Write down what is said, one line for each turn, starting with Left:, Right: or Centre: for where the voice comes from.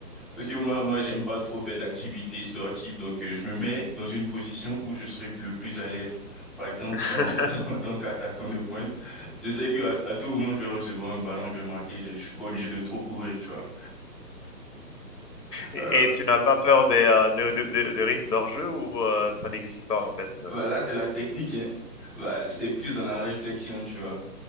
Centre: Parce que moi, moi, j'aime pas trop faire d'activités sportives, donc euh, je me mets dans une position où je serai le plus à l'aise. Par exemple,
Left: <laughs>
Centre: en, en tant, <laughs> en tant qu'attaquant de pointe, je sais que à, à tout moment, je vais recevoir un ballon, je vais marquer, je, je suis pas obligé de trop courir, tu vois.
Left: Et,
Centre: Euh,
Left: et tu n'as pas peur des, euh, de, de, de, de risques d'enjeu ou euh, ça n'existe pas en fait? euh?
Centre: Bah là, c'est la technique, hein. Bah, c'est plus dans la réflexion, tu vois.